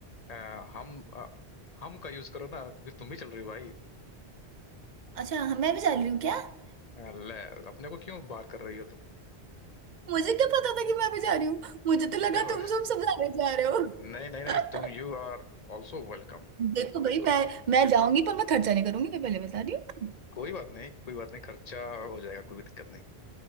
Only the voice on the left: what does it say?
अ, हम अ, हम का यूज करो ना क्योंकि तुम भी चल रही हो भाई
अ, ले, अपने को क्यों बार कर रही हो तुम
अरे वो-
नहीं नहीं नहीं तुम
यू आर ऑल्सो वेलकम
बिल्कुल
कोई बात नहीं कोई बात नहीं खर्चा हो जाएगा कोई भी दिक्कत नहीं